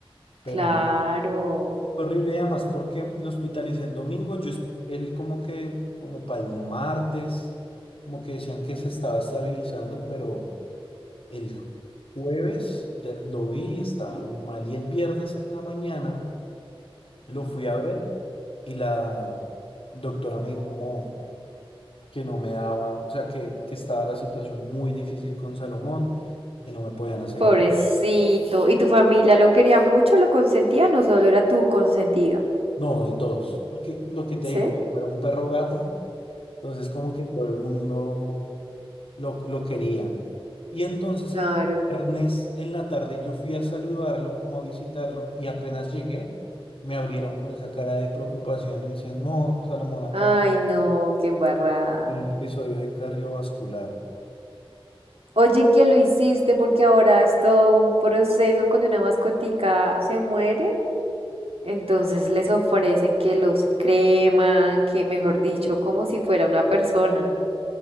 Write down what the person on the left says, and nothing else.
pero
no Horrible, y además, porque lo hospitalicé el domingo, yo, es- él como que, como para el martes, como que decían que se estaba estabilizando, pero el jueves ya lo vi y estaba Ujú. muy mal. Y el viernes en la mañana lo fui a ver y la doctora me dijo como que no me daba, o sea, que, que estaba la situación muy difícil con Salomón, que no me podían asegurar.
No, de todos, porque lo que te
digo, era un perro gato, entonces como que todo el mundo... lo, lo quería. Y entonces
el viernes en la tarde yo fui a saludarlo, como a visitarlo, y apenas llegué, me abrieron con esa cara de preocupación y me decían, no, Salomón, acá
en
un episodio de cardiovascular.